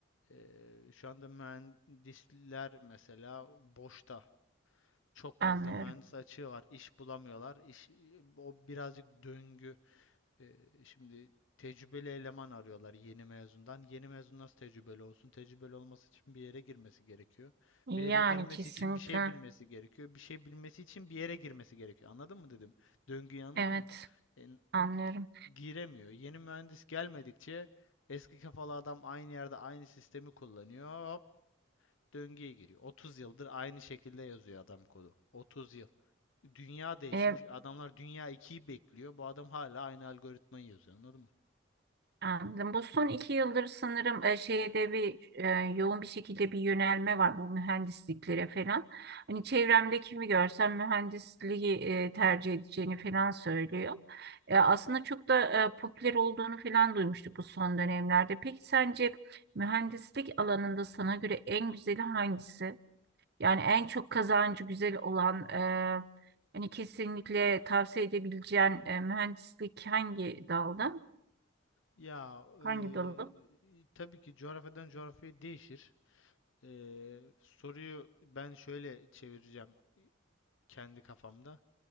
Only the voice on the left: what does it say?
eee, şu anda mühendisler mesela boşta. Çok
fazla mühendis açığı var. İş bulamıyorlar. İş o birazcık döngü. Ee, şimdi tecrübeli eleman arıyorlar yeni mezundan. Yeni mezun nasıl tecrübeli olsun? Tecrübeli olması için bir yere girmesi gerekiyor.
Bir yere girmesi
için bir şey bilmesi gerekiyor. Bir şey bilmesi için bir yere girmesi gerekiyor. Anladın mı dedim? Döngüyü anladın
mı? E,
gi- giremiyor. Yeni mühendis gelmedikçe eski kafalı adam aynı yerde aynı sistemi kullanıyor. Hop döngüye giriyor. 30 yıldır aynı şekilde yazıyor adam kodu. 30 yıl. Dünya değişmiş.
Adamlar Dünya ikiyi bekliyor. Bu adam hala aynı algoritmayı yazıyor. Anladın mı?
Ya
eee,
tabii ki coğrafyadan coğrafyaya değişir. Eee, soruyu ben şöyle çevireceğim kendi kafamda.